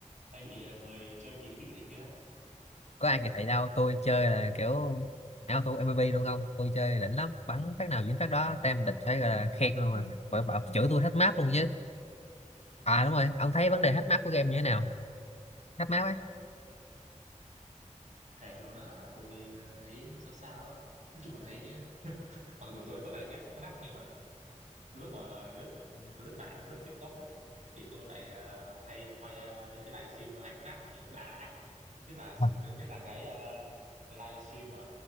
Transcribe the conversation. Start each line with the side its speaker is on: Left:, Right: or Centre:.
Right: hay bị ờ, người chơi kỳ thị này kia lắm
Left: có ai kịp thầy đâu tôi chơi là kiểu auto MVP luôn không tôi chơi đỉnh lắm bắn phát nào dính phát đó tem địch phải gọi là khen luôn mà phải bảo chửi tôi hết map luôn chứ à đúng rồi ông thấy vấn đề hết map của game như thế nào hết map á
Right: thề luôn đó hả tôi thấy nó sao sao á nói chung là thấy mặc dù tôi rất là ghét nó hack nhưng mà lúc mà lướt lướt mạng lướt TikTok á thì tôi lại ờ, hay quay ờ, mấy cái livestream hack map thì nó đã đã nhất là
Left: Ờ,
Right: nhất là cái uh, livestream mà